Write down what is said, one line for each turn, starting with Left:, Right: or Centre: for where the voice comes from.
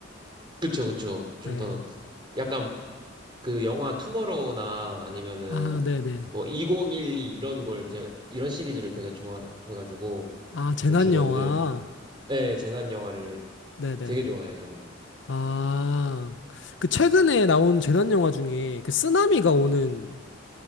Right: 그쵸, 그쵸. 좀
Left: 네.
Right: 더 약간 그 영화 투머로우나 아니면은
Left: 아, 네네.
Right: 뭐 2012 이런 걸, 제, 이런 시리즈를 되게 좋아해가지고
Left: 아, 재난
Right: 이런 줄거리를,
Left: 영화.
Right: 예, 재난 영화를
Left: 네네.
Right: 되게 좋아해요, 저는.
Left: 아, 그 최근에 나온 재난 영화 중에 그 쓰나미가 오는